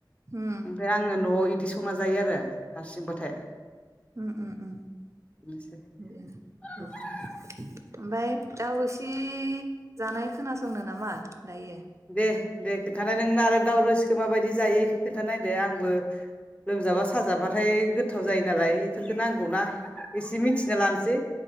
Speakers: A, on the right; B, on the left.
A: उम
B: ओमफ्राय आङो न'आव इद बिदि सना जायो आरो हारसिंबाथाय
A: उम उम उम
B: बेनोसै
A: बेनो
B: बेबायदिनो
A: अ ओमफ्राय दाउ रोसि जानाय खोनासंनो नामा दायो।
B: दे दे खिन्थालाय नोंना आरो दावउरोसिखौ माबायदि जायो इखौ खोनन्थानाय दे आंबो लोमजाबा साजाबाथाय गोथाव जायो नालाय बेफोरखौ नांगौना एसे मिथिना लानोसै